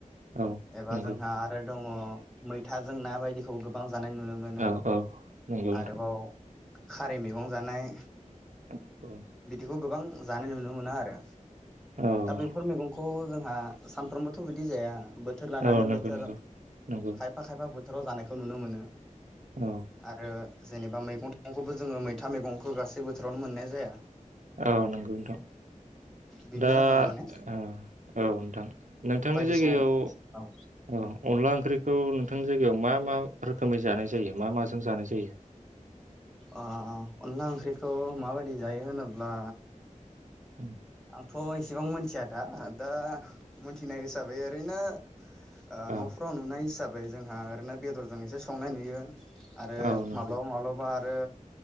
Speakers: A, on the right (about 70°); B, in the centre.
A: औ
B: एबा
A: नंगौ
B: जोंहा आरो दङ मैथा जों ना बायदिखौ गोब गोबां जानाय नुनो मोनो
A: औ औ नंगौ नोंथां
B: आरोबाव खारै मैगं जानाय
A: औ औ
B: बिदिखौ गोबां जानाय नुनो मोनो आरो
A: औ
B: दा बेफोर
A: औ
B: मैगंखौ थ' जोंहा सानफ्रोमबोथ' बिदि जाया बोथोर लानानै
A: औ नंगौ
B: बोथोर
A: नंगौ नंगौ
B: खायफा खायफा बो बोथोराव जानायखौ नुनो मोनो
A: औ
B: आरो जेनेबा मैगं थाइगंखौबो जोङो मैथा मैगंखौ गासै बोथोरावनो मोननाय जाया
A: औ नंगौ नोंथां
B: बिनि
A: दा
B: जाहोनाव माने
A: ओ औ नोंथां नोंथांनि
B: बायदि
A: जायगायाव
B: समाव औ
A: औ अनला ओंख्रिखौ नों नोंथांनि जायगायाव मा मा रोखोमै जानाय जायो मा माजों जानाय जायो
B: औ अनला ओंख्रिखौ माबायदि जायो होनोब्ला
A: उम
B: थ' इसेबां मिथिया दा दा मिथिनाय हिसाबै ओरैनो आ न'फोराव
A: औ
B: नुनाय हिसाबै ओमफ्राय जोंहा ओरैनो बेदरजोंसो संनाय नुयो आरो
A: औ नंगौ
B: माब्लाबा माब्लाबा आरो